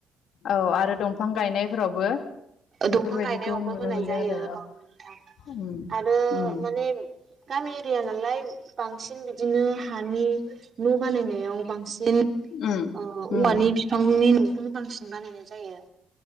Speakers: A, on the left; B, on the right.
A: औ आरो दंफां गायनायफोरावबो बेफोरबायदिखौ
B: दंफां गायनायावबो
A: नुनो
B: होनाय
A: मोनदों
B: जायो
A: आरो
B: औ नोंथां
A: उम
B: आरो
A: उम
B: माने गामि एरिया नालाय बांसिन बिदिनो हानि न' बानायनायाव बांसिन ओ
A: उम
B: औवानि
A: उम
B: बिफांनि न'खौनो बांसिन बानायनाय जायो